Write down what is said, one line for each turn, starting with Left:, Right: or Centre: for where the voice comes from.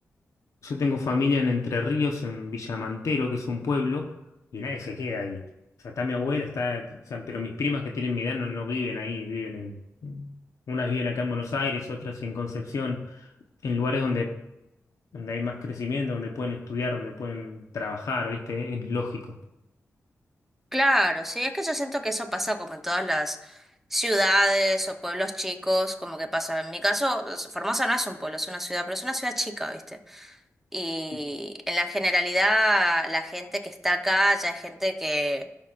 Left: yo tengo familia en Entre Ríos, en Villamantero, que es un pueblo, y nadie se queda ahí. O sea, está mi abuela, está, o sea, pero mis primas que tienen mi edad no, no viven ahí, viven en, unas viven acá en Buenos Aires, otras en Concepción, en lugares donde, donde hay más crecimiento, donde pueden estudiar, donde pueden trabajar, ¿viste? Es lógico.
Centre: Claro, sí, es que yo siento que eso pasa como en todas las ciudades o pueblos chicos, como que pasa. En mi caso, es- Formosa no es un pueblo, es una ciudad, pero es una ciudad chica, ¿viste? Y
Left: Sí.
Centre: en la generalidad, la gente que está acá ya es gente que